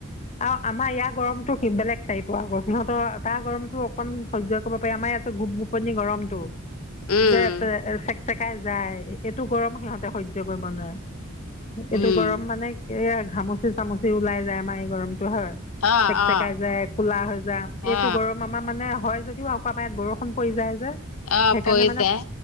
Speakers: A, on the left (about 30°); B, on the left (about 75°).
A: অ আমাৰ ইয়াৰ গৰমতটো বেলেগ চাৰি পোৱা আগত সিহঁতৰ তাৰ গৰমটো অকন সহ্য কৰিব পাৰি আমাৰ ইয়াত গোপ গোপনি গৰমটো
B: উম
A: যে চেকচেকাই যায় এটিয়াটো গৰম সিহঁতে সহ্য কৰিব নোৱাৰে এইটো
B: উম
A: গৰম মানে এয়া ঘামুচি চামুচি ওলাই যায় আমাৰ এই গৰমটো <unintelligible>
B: অ
A: চেক-চেকাই
B: অ
A: যায় ক'লা হৈ যাম, এইটো
B: অ
A: গৰম আমাৰ মানে হয় যদিও অকমায়ত বৰষুণ পৰি যায় যে।
B: অ',
A: সেইকাৰণে
B: পৰি
A: মানে
B: যায়।